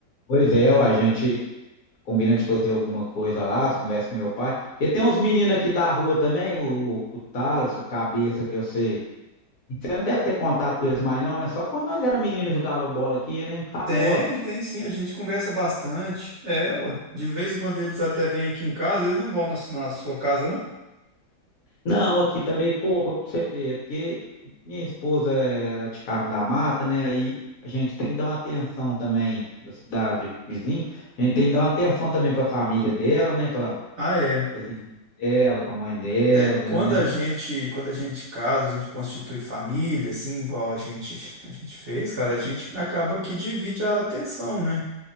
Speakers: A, on the left (about 60°); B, on the right (about 50°).
A: Pois é,
B: né?
A: ó, a gente combina de fazer alguma coisa lá, conversa com meu pai, porque tem uns meninos aqui da rua também, o, o Thales, o Cabeça, que eu sei. Você não deve ter contato com eles mais não, né? Só quando nós era menino jogava bola aqui, né? Aposto.
B: Tem, tem sim, a gente conversa bastante. É, ué. De vez em quando eles até vêm aqui em casa, eles não vão na, su- na sua casa, não.
A: Não, aqui também pouco, pra você ver, é porque minha esposa era de Carmo da Mata, né? Aí a gente tem que dar uma atenção também da cidade vizinha. A gente tem que dar uma atenção também para a família dela, né? Para
B: Ah, é.
A: pras irmãs dela, para a mãe dela,
B: É, quando
A: né?
B: a gente, quando a gente casa, a gente constitui família, assim, igual a gente, a gente fez, cara, a gente acaba que divide a atenção, né?